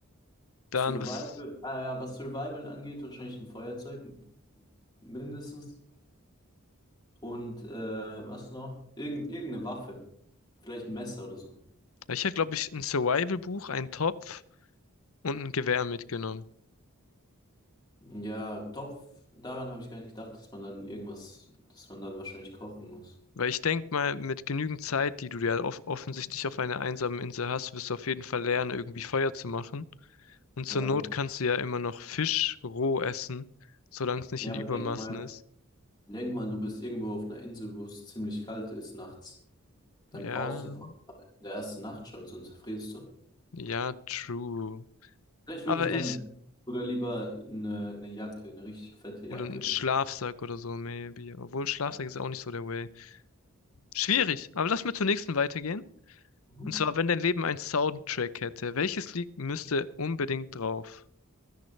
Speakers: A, on the left; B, on the left.
A: Dann
B: Survival,
A: was?
B: ah ja, was Survival angeht, wahrscheinlich ein Feuerzeug mindestens. Und äh, was noch? Irgend, irgendeine Waffe. Vielleicht ein Messer oder so.
A: Ich hätte, glaube ich, ein Survival-Buch, einen Topf und ein Gewehr mitgenommen.
B: Ja, Topf, daran habe ich gar nicht gedacht, dass man dann irgendwas, dass man dann wahrscheinlich kochen muss.
A: Weil ich denke mal, mit genügend Zeit, die du ja off offensichtlich auf einer einsamen Insel hast, wirst du auf jeden Fall lernen, irgendwie Feuer zu machen. Und zur
B: Ja.
A: Not kannst du ja immer noch Fisch roh essen, solange es nicht
B: Ja,
A: in
B: aber
A: Übermaßen
B: denk mal,
A: ist.
B: denk mal, du bist irgendwo auf einer Insel, wo es ziemlich kalt ist nachts. Dann
A: Ja,
B: brauchst du vor allem in der ersten Nacht schon, sonst frierst du.
A: ja, true.
B: Vielleicht
A: Aber
B: würde ich dann
A: ich,
B: sogar lieber eine, eine Jacke, eine richtig fette Jacke
A: oder ein
B: mit.
A: Schlafsack oder so, maybe. Obwohl Schlafsack
B: Ja.
A: ist ja auch nicht so der Way. Schwierig, aber lass mal zur nächsten weitergehen.
B: Mhm.
A: Und zwar, wenn dein Leben einen Soundtrack hätte, welches Lied müsste unbedingt drauf?